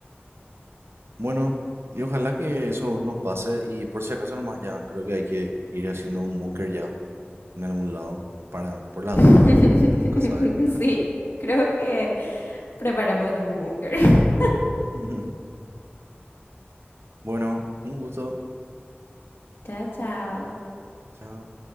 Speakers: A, on the right (about 80°); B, on the left (about 75°).
A: Bueno, y ojalá que eso no pase. Y por si acaso nomás ya, creo que hay que ir haciendo un búnker ya en algún lado para, por las
B: <laughs>
A: dudas. Uno nunca sabe.
B: Sí, creo que preparamos ya un búnker. <laughs>
A: <laughs> Bueno, un gusto.
B: Chao, chao.
A: Chao.